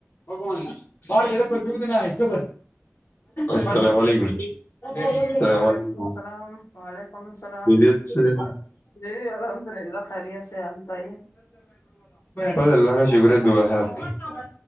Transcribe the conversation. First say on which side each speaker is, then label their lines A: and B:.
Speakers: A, on the left (about 45°); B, on the left (about 75°).
A: بگوان <unintelligible>
B: hello
A: السلام علیکم اللام
B: جی وعلیکم
A: علیکم
B: السلام وعلیکم السلام
A: خیریت سے
B: جی الحمد للہ خیریت سے آپ بتائیے
A: بس اللہ کا شکر ہے دعا ہے آپ کی